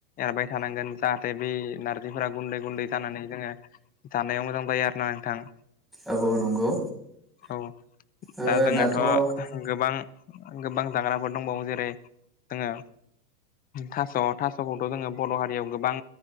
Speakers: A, on the left (about 20°); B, in the centre.
A: एरबाय थानांगोन जा दा बै नारजिफोरा गुन्दै गुन्दै जानानै जोङो जानायाव मोजां जायो आरो ना नोंथां।
B: औ औ नंगौ।
A: औ
B: ओ
A: दा जोंनाथ'
B: दाथ' औ
A: गोबां गोबां जाग्राफोर दंबावो जेरै जोङो थास' थास'खौथ' जोङो बर' हारियाव गोबां